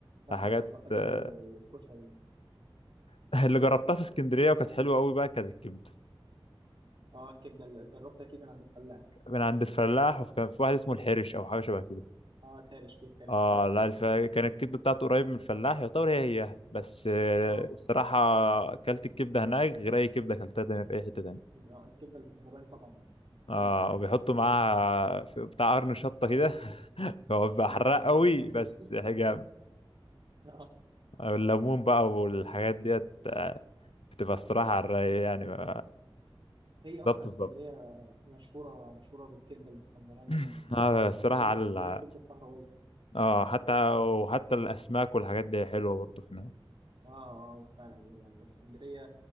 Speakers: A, on the right (about 50°); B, on the left (about 85°).
A: فعلا
B: آه، حاجات
A: أنا بحب
B: آه،
A: برضو الكشري
B: <laughs> اللي جربتها في اسكندريه وكانت حلوه قوي بقى كانت الكبده
A: اه الكبده اللي جربتها اكيد من عند الفلاح
B: من عند الفلاح وكان في واحد اسمه الحرش او حاجه شبه كده
A: اه الحرش في الحرش
B: اه
A: برضه
B: لا
A: فعلا
B: الف... كانت الكبده بتاعته قريب من الفلاح يعتبر هي هي بس آه،
A: اه
B: الصراحه اكلت الكبده هناك غير اي كبده اكلتها تاني في اي حته تانية
A: آه، الكبده الاسكندراني طبعا مختلفه
B: اه
A: يعني
B: وبيحطوا
A: عن اي كبده
B: معاها
A: تاني
B: في بتاع قرن شطة كده <laughs> هو بيبقى
A: اه
B: حراق
A: ولازم
B: قوي
A: ليمون وشيبسي
B: بس حاجة
A: <laughs> اه
B: الليمون بقى والحاجات ديت آه، بتبقى الصراحة على الرايق يعني بالظبط
A: هي
B: بالظبط
A: اصلا اسكندريه مشهوره مشهوره بالكبده الاسكندراني
B: <laughs> <clears throat>
A: عموما يعني
B: اه الصراحة
A: غير
B: على
A: الك-
B: الع-
A: غير الكبده القهرويه
B: اه حتى وحتى الأسماك والحاجات دي حلوة برضو هنا
A: اه اه فعلا يعني اسكندريه